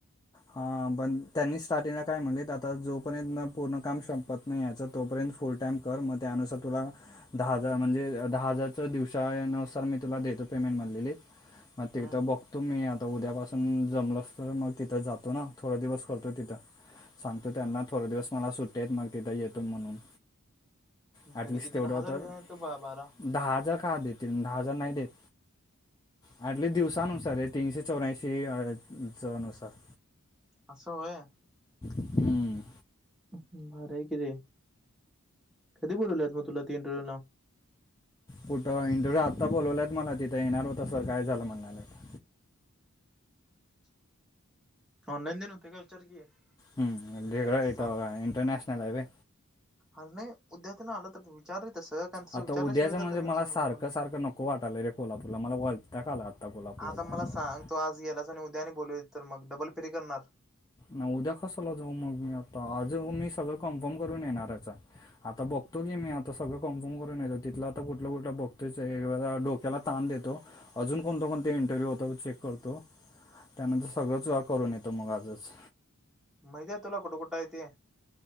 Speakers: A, on the left; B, in the centre.
A: हा पण, त्यांनी स्टार्टिंगला काय म्हणलेत, जोपर्यंत पूर्ण काम संपत नाही याचं. तोपर्यंत फुल टाइम कर, मग त्यानुसार तुला दहा हजार म्हणजे दहा हजारच्या दिवसा यानुसार मी तुला देतो. पेमेंट मला दिली, मग तिथं
B: हम्म
A: आता बघ तुम्ही आता उद्यापासून जमलस तर मग तिथं जातो ना, थोडा दिवस करतो तिथं. सांगतो त्यांना थोडे दिवस मला सुट्ट्या हाएत, मग तिथं येतो म्हणून ॲटलिस्ट
B: त्यांनी किती
A: तेवढं
B: दहा हजार
A: तर
B: दिला आहे का बारा?
A: दहा हजार का देतील? दहा हजार नाही देत. हार्डली दिवसानुसार हे तीनशे चौर्यांशी दिवसा नुसार-
B: आस व्हय.
A: हम्म.
B: भारी हाय कि रे, कधी बोलवलेत मग तुला ते इंटरव्ह्यूला
A: कुठं इंटरव्हू? आत्ता बोलवल्यात मला, तिथं येणार होतास सर काय झालं म्हणणाल्यात
B: काय ऑनलाईन ते न होतय काय विचार की?
A: ह
B: तिकडे
A: ढेकळ
B: यायचं
A: हाय
B: सारखं
A: तवा काय इंटरनॅशनल हाय व्हय.
B: आर नाही उद्या तेन आलं तर, विचार रे तसं. कारण तसं
A: आता
B: विचारल्याशिवाय
A: उद्याच म्हणजे,
B: तर त्यांनी
A: मला
B: सांगणार
A: सारखं
B: पण नाही.
A: सारखं नको वाटलंय रे, कोल्हापूरला मला वैताग आलाय आता कोल्हापूरला
B: आता मला
A: जायला.
B: सांग
A: बघा
B: तू आज गेलास आणि उद्या आणि बोललवली तर, मग डबल फेरी करणार.
A: नाही उद्या कश्याला जाऊ मग, मी आता आज मी जावून सगळं कन्फर्म करूनच येणार हाय. आता बघतो की, मी आता सगळ कन्फर्म करून येतो, तिथलं आता कुठलं कुठ बगतोयच ए <unintelligible> त्याला ताण देतो. अजून कोणत कोणत इंटरव्ह्यू होतो? चेक करतो. त्यानंतर सगळंच करून येतो मग आजच
B: माहिती हाय तुला कुठ कुठ हाय ते?